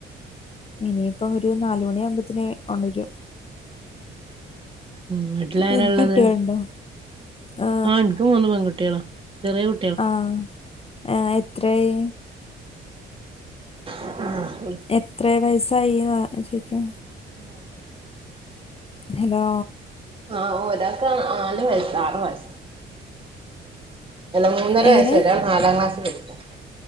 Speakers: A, on the left; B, on the right.
A: ഇനിയിപ്പം ഒരു നാലുമണി ആവുമ്പോത്തിന് ഒണരും
B: ഉം മ്ഹ് ട്ടിലാര
A: നിനക്ക്
B: ഉള്ളത്
A: കുട്ടികളുണ്ടോ ആ
B: ആഹ് എനിക്ക് മൂന്ന് പെൺകുട്ടികളാ ചെറിയ കു
A: ആഹ് ആഹ് എത്രായി
B: <unintelligible>
A: എത്രെ വയസ്സായി എന്നാ ചോയ്ക്കാ
B: ആഹ് ശ്
A: ഹലോ
B: ആഹ് ഒരാക്ക് നാല് വയസ് ആറ് വയസ് അല്ല മൂന്നര
A: എങ്ങനെ
B: വയസ്സ് ഒരാള് നാലാം ക്ലാസ്സിൽ പഠിക്കാ